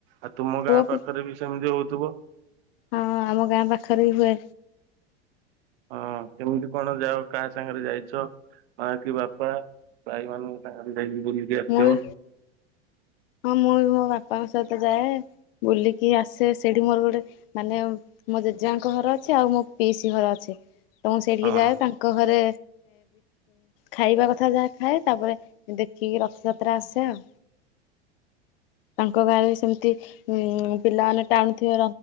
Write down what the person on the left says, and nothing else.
ପୁଅ
ପି
ହଁ ଆମ ଗାଁ ପାଖରେ ହୁଏ।
ମୁଁ ବି ହଁ ମୁଁ ବି ମୋ ବାପାଙ୍କ ସହିତ ଯାଏ ବୁଲିକି ଆସେ ସେଇଠି ମୋର ଗୋଟେ ମାନେ ମୋ ଜେଜେବାଙ୍କ ଘର ଅଛି ଆଉ ମୋ ପିଇସି ଘର ଅଛି। ତ ମୁ ସେଇଠିକି
ଯାଏ
ତାଙ୍କ ଘରେ ଖାଇବା କଥା ଯାହା ଖାଏ ତାପରେ ଦେଖିକି ରଥଯାତ୍ରା ଆସେ ଆଉ ତାଙ୍କ ଗାଁରେ ସେମିତି ଉଁ ପିଲାମାନେ ଟାଣୁଥିବ